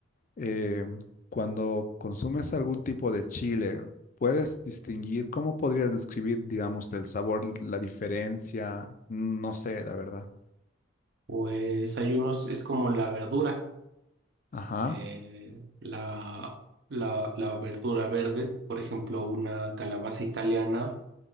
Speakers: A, on the left (about 40°); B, on the right (about 55°).
A: eh, cuando consumes algún tipo de chile, ¿puedes distinguir cómo podrías describir, digamos, el sabor, la diferencia? No sé, la verdad.
B: pues hay unos, es como la verdura.
A: Ajá,
B: eh, la, la, la verdura verde, por ejemplo, una calabaza italiana,